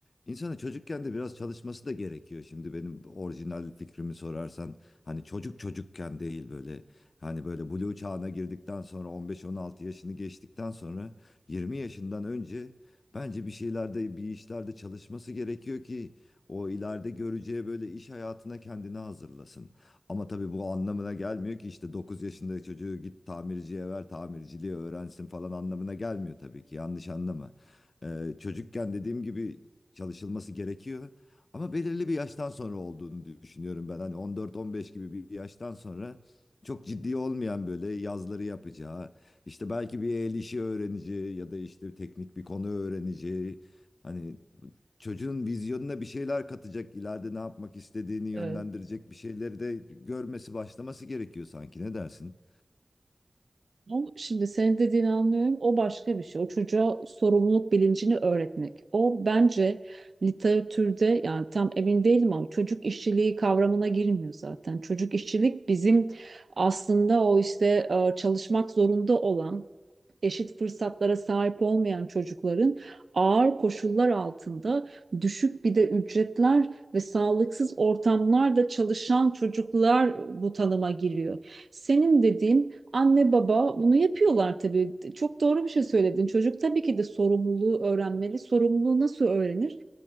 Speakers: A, on the left; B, on the right.
A: insanın çocukken de biraz çalışması da gerekiyor. Şimdi benim orijinal fikrimi sorarsan hani çocuk çocukken değil böyle hani böyle blue çağına girdikten sonra 15-16 yaşını geçtikten sonra 20 yaşından önce bence bir şeylerde bir işlerde çalışması gerekiyor ki o ileride göreceği böyle iş hayatına kendini hazırlasın. Ama tabii bu anlamına gelmiyor ki işte 9 yaşındaki çocuğu git tamirciye ver, tamirciliği öğrensin falan anlamına gelmiyor tabii ki. Yanlış anlama. Ee, çocukken dediğim gibi çalışılması gerekiyor. Ama belirli bir yaştan sonra olduğunu düşünüyorum ben. Hani 14-15 gibi bir yaştan sonra çok ciddi olmayan böyle yazları yapacağı, işte belki bir el işi öğreneceği ya da işte teknik bir konu öğreneceği. Hani çocuğun vizyonuna bir şeyler katacak, ileride ne yapmak istediğini yönlendirecek
B: Evet.
A: bir şeyleri de görmesi, başlaması gerekiyor sanki. Ne dersin?
B: O- Şimdi senin dediğini anlıyorum. O başka bir şey. O çocuğa sorumluluk bilincini öğretmek. O bence literatürde yani tam emin değilim ama çocuk işçiliği kavramına girmiyor zaten. Çocuk işçilik bizim aslında o işte e, çalışmak zorunda olan eşit fırsatlara sahip olmayan çocukların ağır koşullar altında düşük bir de ücretler ve sağlıksız ortamlarda çalışan çocuklar bu tanıma giriyor. Senin dediğin anne baba bunu yapıyorlar tabii. Çok doğru bir şey söyledin. Çocuk tabii ki de sorumluluğu öğrenmeli. Sorumluluğu nasıl öğrenir?